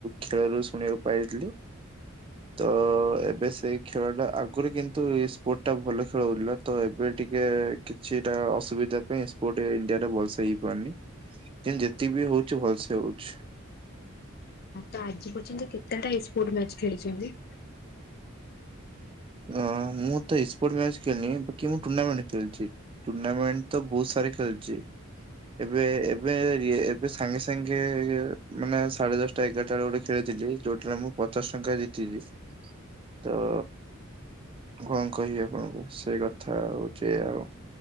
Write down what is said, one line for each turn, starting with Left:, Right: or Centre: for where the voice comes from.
Right: ଖେଳରୁ ଶୁଣିବାକୁ ପାଇଥିଲି। ତଏବେ ସେଇ ଖେଳଟା ଆଗରୁ କିନ୍ତୁ ଇସ୍ପୋର୍ଟ ଭଲ ଖେଳ ହେଉଥିଲା ତଏବେ ଟିକେ କିଛିଟା ଅସୁବିଧା ପାଇଁ ଇ ସ୍ପୋର୍ଟ ଇଣ୍ଡିଆରେ ଭଲସେ ହେଇପାରୁନି କିନ୍ତୁ ଯେତିକିବି ହଉଚି ଭଲସେ ହଉଛି।
Left: ତଆଜି ପର୍ଯ୍ୟନ୍ତ କେତେଟା ଏସ୍ପୋର୍ଟ ମ୍ୟାଚ୍ ଖେଳିଚନ୍ତି?
Right: ଅଁ ମୁଁତ ଏସ୍ପୋର୍ଟ ମ୍ୟାଚ୍ ଖେଳିନି ବାକି ମୁଁ ଟୁର୍ଣ୍ଣାମେଣ୍ଟ ଖେଳିଚି। ଟୁର୍ଣ୍ଣାମେଣ୍ଟତ ବହୁତ୍ ସାରି ଖେଳିଚି। ଏବେ ଏବେ ଏବେ ସାଙ୍ଗେ ସାଙ୍ଗେ ମାନେ ସାଢେ ଦଶ ଟା ଏଗାରଟା ବେଳେ ଗୋଟେ ଖେଳ ଜିତିଲି ଯୋଉଟାରେ ମୁଁ ପଚାଶେ ଟଙ୍କା ଜିତିଚି ତ କଣ କହିବି ଆପଣଙ୍କୁ ସେଇ କଥା ହଉଚି ଏଆଉ।